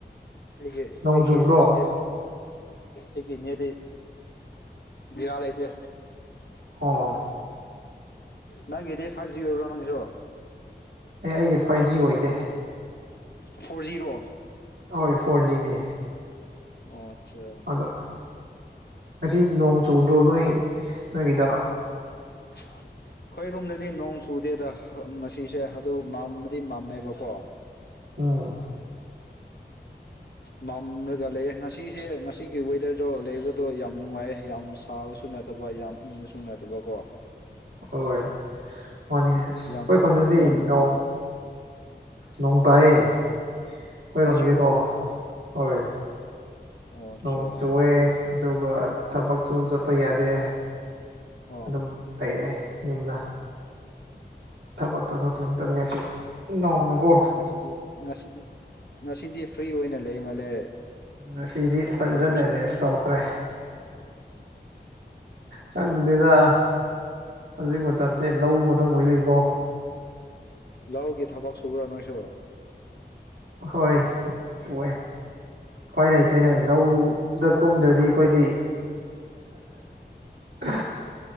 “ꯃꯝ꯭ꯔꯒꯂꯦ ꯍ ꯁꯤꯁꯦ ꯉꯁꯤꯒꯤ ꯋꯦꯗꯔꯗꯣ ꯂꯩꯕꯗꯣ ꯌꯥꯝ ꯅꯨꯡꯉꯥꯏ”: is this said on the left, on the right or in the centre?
Left